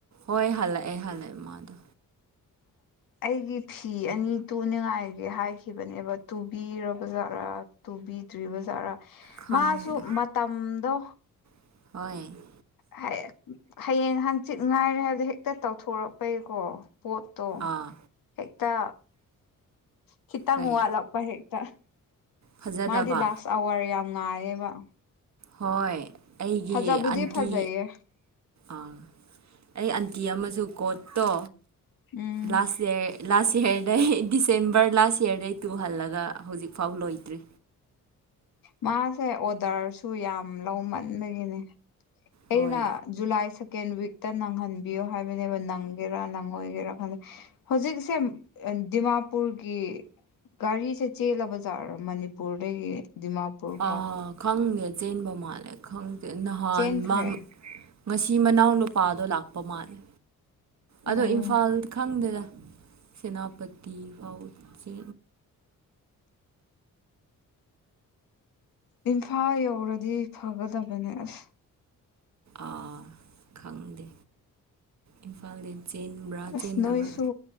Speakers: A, on the right; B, on the left.
A: ꯍꯣꯏ ꯍꯜꯂꯛꯑ ꯍꯜꯂꯛꯑ
B: ꯑꯩꯒꯤ ꯐꯤ ꯑꯅꯤ ꯇꯨꯅꯤꯡꯉꯥꯏꯒꯤ ꯍꯥꯏꯈꯤꯕꯅꯦꯕ ꯇꯨꯕꯤꯔꯕꯖꯥꯔꯥ ꯇꯨꯕꯤꯗ꯭ꯔꯤꯕ ꯖꯥꯔꯥ
A: ꯈꯪꯗꯦ
B: ꯃꯥꯁꯨ ꯃꯇꯝꯗꯣ
A: ꯍꯣꯏ
B: ꯍꯥꯏ ꯍꯌꯦꯡ ꯍꯥꯡꯆꯤꯠ ꯉꯥꯏꯔꯦ ꯍꯥꯏꯕꯗꯣ ꯍꯦꯛꯇ ꯇꯧꯊꯣꯔꯛꯄꯩꯀꯣ ꯄꯣꯠꯇꯣ
A: ꯑꯥ
B: ꯍꯦꯛ ꯨ ꯇ ꯈꯤꯇꯪ
A: ꯀꯩ
B: ꯋꯥꯠꯂꯛꯄ ꯍꯦꯛꯇ
A: ꯐꯖꯗꯕ
B: ꯃꯥꯗꯤ ꯂꯥꯁ ꯑꯋꯥꯔ ꯌꯥꯝ ꯉꯥꯏꯌꯦꯕ
A: ꯍꯣꯏ ꯑꯩꯒꯤ
B: ꯐꯖꯥꯕꯨꯗꯤ
A: ꯑꯟꯇꯤ
B: ꯐꯖꯩ ꯌꯦ
A: ꯑꯥ ꯑꯩ ꯑꯟꯇꯤ ꯑꯃꯁꯨ ꯀꯣꯠꯇꯣ
B: ꯎꯝ
A: ꯂꯥꯁ ꯏꯌꯥꯔ ꯂꯥꯁ ꯏꯌꯥꯔꯗꯩ ꯗꯤꯁꯦꯝꯕꯔ ꯂꯥꯁ ꯏꯌꯥꯔꯗꯩ ꯇꯨꯍꯜꯂꯒ ꯍꯧꯖꯤꯛꯐꯥꯎ ꯂꯣꯏꯗ꯭ꯔꯤ
B: ꯃꯥꯁꯦ ꯑꯣꯗꯔꯁꯨ ꯌꯥꯝ ꯂꯧꯃꯟꯕꯒꯤꯅꯦ
A: ꯍꯣꯏ
B: ꯑꯩꯅ ꯖꯨꯂꯥꯏ ꯁꯦꯀꯦꯟ ꯋꯤꯛ ꯈꯤꯇ ꯅꯪꯍꯟꯕꯤꯌꯣ ꯍꯥꯏꯕꯅꯦꯕ ꯅꯪꯒꯦꯔꯥ ꯅꯪꯉꯣꯏꯒꯦꯔꯥ ꯈ ꯍꯧꯖꯤꯛꯁꯦ ꯗꯤꯃꯥꯄꯨꯔꯒꯤ ꯒꯥꯔꯤꯁꯦ ꯆꯦꯜꯂꯕ ꯖꯥꯠꯔꯣ ꯃꯅꯤꯄꯨꯔꯗꯒꯤ ꯗꯤꯃꯥꯄꯨꯔ ꯐꯥꯎ
A: ꯑ ꯈꯪꯗꯦ ꯆꯦꯟꯕ ꯃꯥꯜꯂꯦ ꯈꯪꯗꯦ ꯅꯍꯥꯟ
B: ꯆꯦꯟꯈ꯭ꯔꯦ
A: ꯃꯥꯃ ꯉꯁꯤ ꯃꯅꯥꯎ ꯅꯨꯄꯥꯗꯣ ꯂꯥꯛꯄ ꯃꯥꯜꯂꯦ ꯑꯗꯣ
B: ꯑꯣ
A: ꯏꯝꯐꯥꯜ ꯈꯪꯗꯦꯗ ꯁꯦꯅꯥꯄꯇꯤ ꯐꯥꯎ ꯆꯦ
B: ꯏꯝꯐꯥꯜ ꯌꯧꯔꯗꯤ ꯐꯒꯗꯕꯅꯤ ꯑꯁ
A: ꯑꯥ ꯈꯪꯗꯦ ꯏꯝꯐꯥꯜꯗꯤ ꯆꯦꯟꯕ꯭ꯔꯥ
B: ꯑꯁ
A: ꯆꯦꯟꯗꯕ꯭ꯔꯥ
B: ꯅꯣꯏꯁꯨ